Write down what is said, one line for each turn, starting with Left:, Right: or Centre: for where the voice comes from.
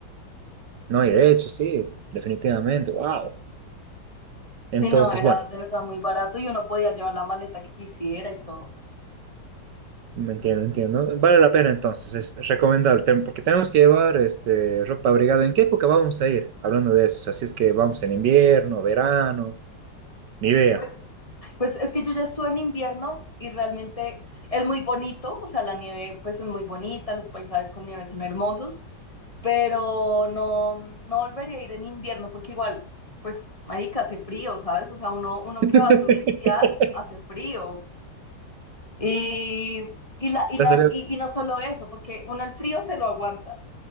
Right: No, y de hecho, sí, definitivamente, wow. Entonces,
Left: Sí, no, era
Right: bueno,
Left: de verdad muy barato y uno podía llevar la maleta que quisiera y todo.
Right: me entiendo, entiendo. Vale la pena entonces, es recomendable, tem- porque tenemos que llevar este, ropa abrigada. ¿En qué época vamos a ir? Hablando de eso, así es que vamos en invierno, verano, ni idea.
Left: Pues, pues es que yo ya estuve en invierno y realmente es muy bonito. O sea, la nieve pues es muy bonita, los paisajes con nieve son hermosos, pero no, no volvería a ir en invierno porque igual, pues, marica, hace frío, ¿sabes? O sea, uno, uno
Right: <laughs>
Left: que va a turistear hace frío. Y, y la, y,
Right: Te
Left: la,
Right: ha salido,
Left: y, y no solo eso, porque uno el frío se lo aguanta,